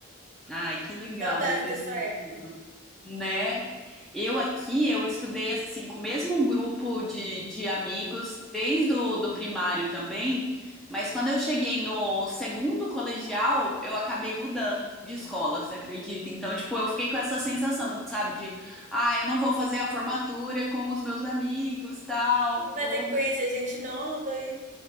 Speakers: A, in the centre; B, on the right.
A: Ai, que legal,
B: Saudade
A: deve ter
B: dessa
A: sido,
B: época.
A: né? Eu aqui, eu estudei assim, com o mesmo grupo de, de amigos, desde o do primário também, mas quando eu cheguei no segundo colegial, eu acabei mudando de escola, você acredita? Então, tipo, eu fiquei com essa sensação, sabe, de, ah, eu não vou fazer a formatura com os meus amigos, tal,
B: E vai
A: vou
B: ter que conhecer gente nova e.